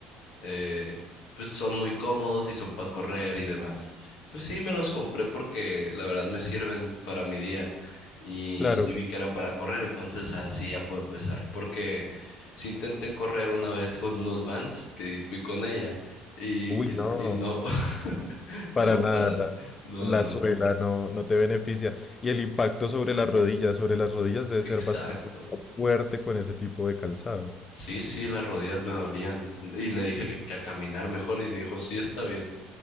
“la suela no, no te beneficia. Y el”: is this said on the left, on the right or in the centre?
Left